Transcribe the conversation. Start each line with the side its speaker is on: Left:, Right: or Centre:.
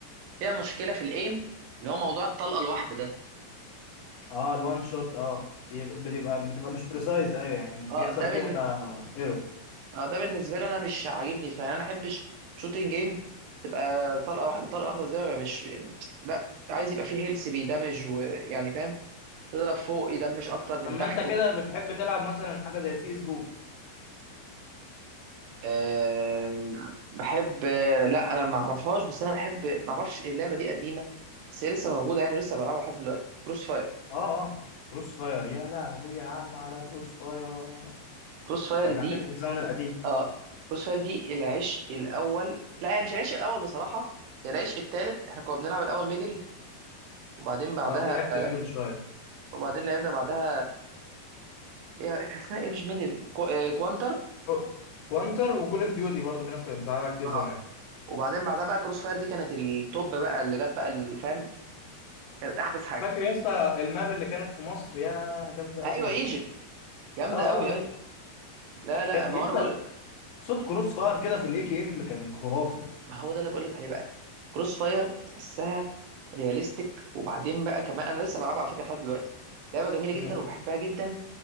Right: فيها مشكله في الايم اللي هو موضوع الطلقه الواحده ده
Left: اه الوان شوت اه بيبقى- بتبقى بتبقى مش بريسايز ايوه يعني بيحصل
Right: اه ده
Left: فيها
Right: بن...
Left: ايرور
Right: اه ده بالنسبه لي انا مش عاجبني فيعني انا ما احبش شوتنج جيم تبقى طلقه واحده طلقه واحده زي ما بقى مش لا عايز يبقى فيه هيلث بيدمج ويعني فاهم تضرب فوق يدمج اكتر من
Left: اما
Right: تحت
Left: انت كده بتحب تلعب مثلا حاجه زي سي اس جو
Right: أه... بحب لا انا ما اعرفهاش بس انا بحب ما اعرفش اللعبه دي قديمه بس هي لسه موجوده يعني لسه بلعبها لحد دلوقتي كروس فاير
Left: اه اه كروس فاير يا لهوي يا عم على كروس فاير
Right: كروس فاير
Left: رجعتني
Right: دي
Left: للزمن القديم
Right: اه كروس فاير دي العشق الاول لا هي مش العشق الاول بصراحه هي العشق التالت احنا كنا بنلعب الاول ميدل وبعدين بعدها
Left: اه لعبت ميدل
Right: آه،
Left: شويه
Right: وبعدين لعبنا بعدها هي كان اسمها ايه مش ميدل كو... آه، كوانتر
Left: كو- كوانتر وكول اوف ديوتي برضه في ناس كانت بتلعبها كتير زمان
Right: اه وبعدين بعدها بقى كروس فاير دي كانت التوب بقى اللي جت بقى اللي فاهم كانت احدث حاجه
Left: فاكر يا اسطى الماب اللي كانت في مصر يا جامده قوي
Right: ايوه ايجيبت جامده
Left: اه
Right: قوي
Left: اه كانت
Right: ايوه لا لا
Left: كانت
Right: ما
Left: يا
Right: هو
Left: اسطى
Right: انا بقول لك
Left: صوت كروس فاير كده في الاي كي ام كان خرافي
Right: ما هو ده اللي بقول لك عليه بقى كروس فاير تحسها رياليستيك وبعدين بقى كمان انا لسه بلعبها على فكره لحد دلوقتي لعبه جميله
Left: امم
Right: جدا وبحبها جدا